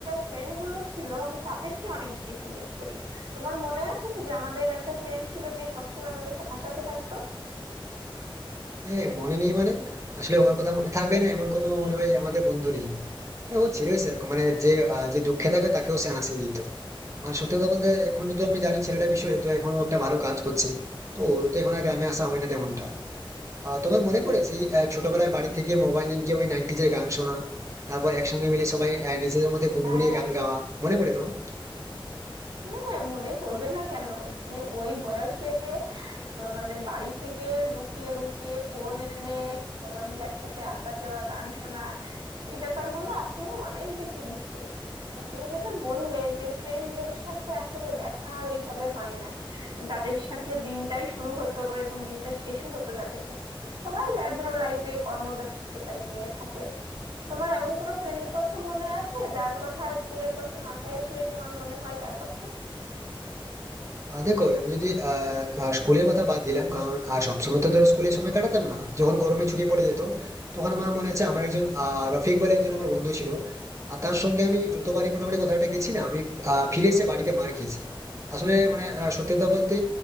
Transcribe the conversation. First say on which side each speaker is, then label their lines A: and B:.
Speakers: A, on the right (about 65°); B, on the right (about 35°).
A: ফ্রেন্ড গুলো ছিল আমি তাদেরকে অনেক বেশি মিস করি তোমার মনে আছে যে আমাদের একটা ফ্রেন্ড ছিল যে সবসময় আমাদেরকে হাসাতে থাকতো
B: হ্যাঁ মনে নেই মানে আসলে ওর কথা মনে থাকবে না এমন কোনো মনে হয় আমাদের বন্ধু নেই হ্যাঁ, ও ছিলই সেরকম মানে যে আহ, যে দুঃখে থাকে তাকেও সে হাসি দিত মানে সত্যি কথা বলতে এখন যদি আমি জানি ছেলেটা বিষয়ে তো এখনো একটা ভালো কাজ করছে তো ওর তো এখন আর গ্রামে আসা হয় না তেমনটা আহ তোমার মনে পড়ে সেই আহ, ছোটবেলায় বাড়ি থেকে মোবাইল নিয়ে গিয়ে ওই নাইনটিজের গান শোনা তারপর একসঙ্গে মিলে সবাই আহ, নিজেদের মধ্যে গুনগুনিয়ে
A: হ্যাঁ
B: গান গাওয়া মনে পড়ে তোমার
A: হ্যাঁ মনে পড়বে না কেন মানে ওই বয়সে মা- মানে বাড়ি থেকে লুকিয়ে লুকিয়ে ফোন এনে সবাই মিলে একসাথে আড্ডা দেওয়া গান শোনা এই ব্যাপারগুলো আসলে অনেক বেশি মিস করি আর তুমি যেটা বললে যে ফ্রেন্ডদের সাথে আসলে দেখা আর ওইভাবে হয় না তাদের সাথে দিনটাই শুরু হতো এবং দিনটা শেষও হতো যাদের সাথে সবাই যার যার লাইফে কর্মব্যস্ততা নিয়ে থাকে তোমার এমন কোনো ফ্রেন্ডের কথা মনে আছে যার কথা স্কুলের কথা মাথায় আসলেই তোমার মনে হয় তার কথা
B: আহ দেখো আমি যদি আহ আহ, স্কুলের কথা বাদ দিলাম কারণ আহ, সবসময় তো ধরো স্কুলে সময় কাটাতাম না যখন গরমে ছুটি পড়ে যেত তখন আমার মনে আছে আমার একজন আহ, রফিক বলে একজন আমার বন্ধু ছিল আর তার সঙ্গে আমি যতবারই মোটামুটি কথাটা গেছি না আমি আহ, ফিরে এসে বাড়িতে মার খেয়েছি আসলে মানে আহ, সত্যি কথা বলতে